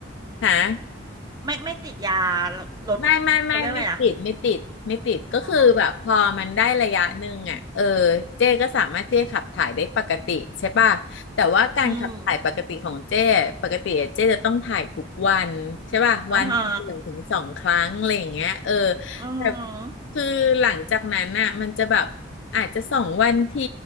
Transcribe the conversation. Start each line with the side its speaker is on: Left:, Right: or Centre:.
Left: ค่ะ
Right: ไม่ไม่ติดยาลดเขาเรียกอะไรอะ
Left: ไม่ไม่ไม่ไม่ติดไม่ติดไม่ติดก็คือแบบพอมันได้ระยะหนึ่งอ่ะเออ
Right: อ๋อ
Left: เจ้ก็สามารถเจ้ขับถ่ายได้ปกติใช่ป่ะแต่ว่าการขับถ่ายปกติของเจ้ปกติอะเจ้จะต้องถ่ายทุกวันใช่ป่ะวันหนึ่งถึงสองครั้งอะไรอย่างเงี้ยเออ
Right: อืมอ่าฮะอ่า
Left: แต่คือหลังจากนั้นน่ะมันจะแบบอาจจะสองวันที